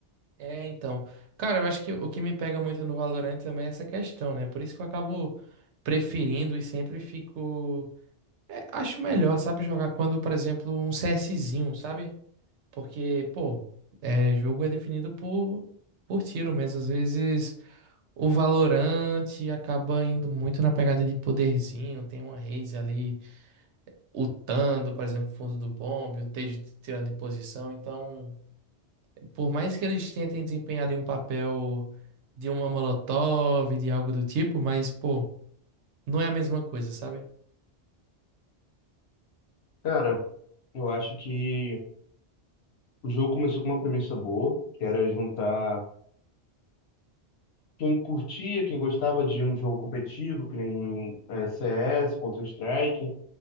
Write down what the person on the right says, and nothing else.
É, então. Cara, eu acho que o que me pega muito no Valorant também é essa questão, né? Por isso que eu acabo preferindo e sempre fico. é, acho melhor, sabe, jogar quando, por exemplo, um CSzinho, sabe? Porque, pô, é, jogo é definido por, por tiro mesmo. Às vezes o Valorante acaba indo muito na pegada de poderzinho. Tem uma Raze ali ultando, por exemplo, fundo do bombe, o Tejo te tirando de posição. Então, por mais que eles tentem desempenhar ali um papel de uma Molotov, de algo do tipo, mas, pô, não é a mesma coisa, sabe?